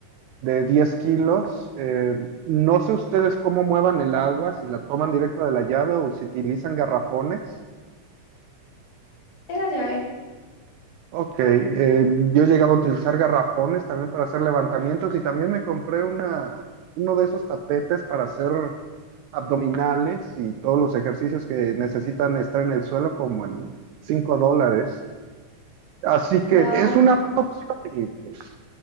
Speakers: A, on the right (about 80°); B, on the left (about 70°).
A: de 10 kilos. Eh, no sé ustedes cómo muevan el agua, si la toman directa de la llave o si utilizan garrafones.
B: de la llave
A: Ok, eh, yo llegaba a utilizar garrafones también para hacer levantamientos y también me compré una, uno de esos tapetes para hacer abdominales y todos los ejercicios que necesitan estar en el suelo como en 5 dólares. Así que
B: Wow.
A: es una buena opción y pues,